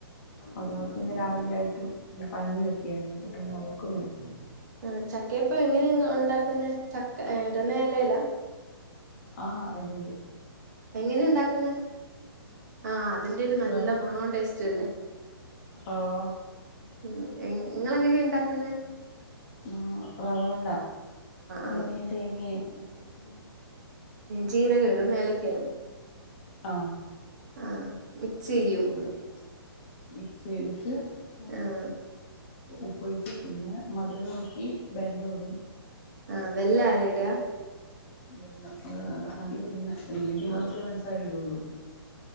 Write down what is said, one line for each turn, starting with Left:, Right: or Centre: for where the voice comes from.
Left: ഒരാൾക്ക് പിന്നെ രാവിലെ ആയിട്ടും പനിയൊക്കെയായിരുന്നു അപ്പ പിന്നെ അവക്ക് മേടിച്ചു
Right: ആ ചക്ക ഇപ്പൊ എങ്ങനെ ഇന്ന് ഉണ്ടാക്കുന്നേ ചക്ക എട നലേല
Left: ആ എലെല്
Right: എങ്ങനെയ ഉണ്ടാക്കുന്ന ആ അതിന്റെ ഒരു നല്ല
Left: റവ്
Right: മണവും ടെ ല്ലേ
Left: ആഹ്
Right: ഉം എ നിങ്ങള് അങ്ങനെയ ഉണ്ടാക്കുന്നേ
Left: നമ്മ റ വവുണ്ടാ
Right: ആഹ്
Left: അവേ തേങ്ങേ ഒക്കെക് ഇട്ടിട്ട്
Right: ജീരകേടും ഏലക്കയും
Left: ആ
Right: ആഹ് മിക്സ്
Left: അത്
Right: ചെയ്യും
Left: രണ്ട കൂടും മിക്സ് ചെയ്തിട്ട് ആ
Right: ആഹ്
Left: ഉപ്പൊഴിച്ച് പിന്നെ മധുരമാക്കി ബെല്ല ഇടും
Right: ആ വെല്ല ആട
Left: വല്ല അത അത ആദ്യ ഇടുന്ന അ ഇല്ലെങ്കി
Right: ആഹ്
Left: മാത്രമേ പഞ്ചസാര ഇടുള്ളൂ